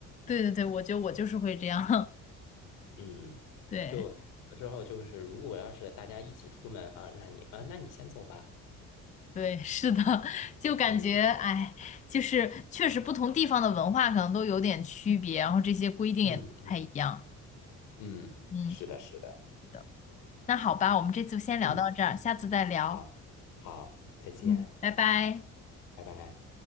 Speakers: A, on the left (about 25°); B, on the left (about 90°).
A: 对对对，我觉得我就是会这样。
B: 嗯，
A: <laughs> 对。
B: 就之后就是，如果要是大家一起出门啊，那你啊，那你先走吧。
A: 对，是的，<laughs> 就感觉，
B: 嗯
A: 哎，就是确实不同地方的文化可能都有点区别，然后这些规定也不太一样。
B: 嗯嗯嗯，
A: 嗯，
B: 是的，是的，
A: 是的，那好吧，我们这次先聊到这儿，
B: 嗯，
A: 下次再聊。
B: 好，好，再见，
A: 嗯，拜拜。
B: 拜拜。